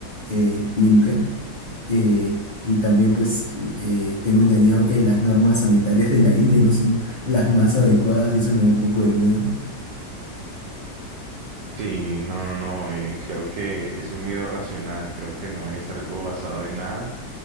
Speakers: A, on the left; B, on the right.
A: eh, limpia. Eh, y también pues eh, tengo entendido que las normas sanitarias de la India no son las más adecuadas y eso me da un poco de miedo.
B: Sí, no, no, no, eh, creo que es un miedo racional, creo que no es algo basado en nada.